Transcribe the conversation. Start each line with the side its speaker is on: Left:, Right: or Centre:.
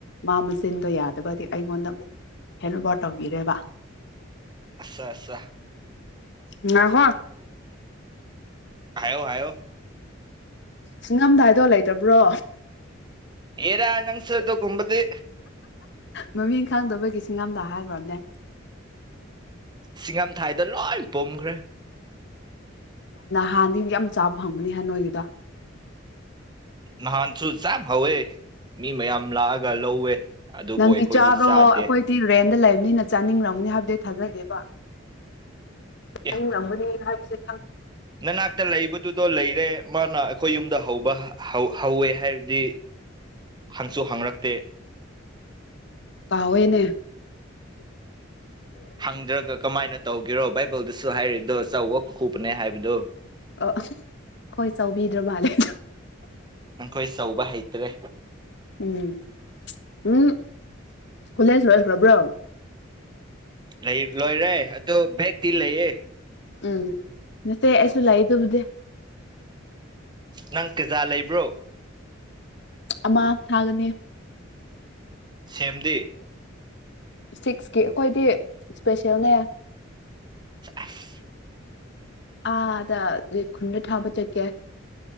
Left: ꯃꯥ ꯃꯆꯤꯟꯗꯣ ꯌꯥꯗꯕꯗꯤ ꯑꯩꯉꯣꯟꯗ ꯑꯃꯨꯛ ꯍꯦꯟ ꯑꯣꯚꯔ ꯇꯧꯕꯤꯔꯦꯕ
Right: ꯑꯆꯥ ꯑꯁ
Left: ꯀꯣ
Right: ꯍꯥꯏꯣ ꯍꯥꯏꯣ
Left: ꯁꯤꯉꯝꯗꯥꯏꯗꯣ ꯂꯩꯇꯕ꯭ꯔꯣ
Right: ꯌꯦꯔ ꯅꯪꯁ ꯇꯣ ꯀꯨꯝꯕꯗꯤ
Left: ꯃꯃꯤꯡ ꯈꯪꯗꯕꯒꯤ ꯁꯤꯡꯉꯝꯗ ꯍꯥꯏꯈ꯭ꯔꯣꯕꯅꯦ
Right: ꯁꯤꯡꯉꯝꯊꯥꯏꯗ ꯂꯣꯏ ꯄꯣꯝꯈ꯭ꯔꯦ
Left: ꯍꯥꯟꯅꯤ ꯌꯥꯝ ꯆꯥꯕ ꯐꯪꯕꯅꯤꯍꯥꯟ ꯅꯣꯏꯒꯤꯗ
Right: ꯅꯍꯥꯟꯁꯨ ꯆ ꯍꯧꯋꯦ ꯃꯤ ꯃꯌꯥꯝ ꯂꯥꯛꯑꯒ ꯂꯧꯋꯦ ꯑꯗꯨꯕꯨ
Left: ꯅꯪꯗꯤ
Right: ꯑꯩꯈꯣꯏꯗꯤ
Left: ꯆꯥꯔꯣ
Right: ꯆꯥꯗꯦ
Left: ꯑꯩꯈꯣꯏꯗꯤꯤꯔꯦ ꯂꯩꯕꯅꯤꯅ ꯆꯥꯅꯤꯡꯔꯝꯒꯅꯤ ꯍꯥꯏꯕꯗꯤ ꯊꯥꯖꯗꯦꯕ ꯆꯥꯅꯤꯡꯔꯝꯒꯅꯤ
Right: ꯑꯦ
Left: ꯍꯥꯏꯕꯁꯦ
Right: ꯅꯅꯥꯛꯇ ꯂꯩꯕꯗꯨꯗꯣ ꯂꯩꯔꯦ ꯃꯥꯅ ꯑꯩꯈꯣꯏ ꯌꯨꯝꯗ ꯍꯧꯕ ꯍꯧꯋꯦ ꯍꯥꯏꯔꯗꯤ ꯍꯪꯁꯨ ꯍꯪꯉꯛꯇꯦ
Left: ꯀꯑꯣꯣꯏꯅꯦ
Right: ꯍꯪꯗ꯭ꯔꯒ ꯀꯃꯥꯏꯅ ꯇꯧꯒꯦꯔꯣ ꯕꯥꯏꯕꯜꯗꯨꯁꯨ ꯍꯥꯏꯔꯤꯗꯣ ꯑꯆꯧꯕ ꯈꯨꯄꯅꯦ ꯍꯥꯏꯕꯗꯨꯣ
Left: ꯑ ꯍꯣꯏ ꯆꯥꯎꯕꯤꯗ꯭ꯔꯣ ꯃꯥꯜꯂꯦ
Right: ꯅꯈꯣꯏ ꯆꯧꯕ ꯍꯩꯇ꯭ꯔꯦ
Left: ꯎꯝ ꯎꯝ ꯈꯂꯥꯏꯁꯨ ꯄꯨꯔ ꯄꯨ꯭ꯔꯣ
Right: ꯂꯩ ꯂꯣꯏꯔꯦ ꯑꯗꯨ ꯕꯦꯛꯇꯤ ꯂꯩꯌꯦ
Left: ꯎꯝ ꯅꯁꯦ ꯑꯁ ꯂꯥꯏ ꯇꯕꯨꯗꯤꯦ
Right: ꯅꯪ ꯀꯖꯥ ꯂꯩꯕ꯭ꯔꯣ
Left: ꯑꯃꯥ ꯊꯥꯒꯅꯤ
Right: ꯁꯦꯝꯗꯤ
Left: ꯁꯤꯛꯁꯀꯤ ꯑꯩꯈꯣꯏꯗꯤ ꯏꯁꯄꯦꯁꯦꯜꯅꯦ
Right: ꯑꯁ
Left: ꯑꯥꯗ ꯅꯣꯏ ꯈꯨꯟꯗ ꯊꯥꯕ ꯆꯠꯀꯦ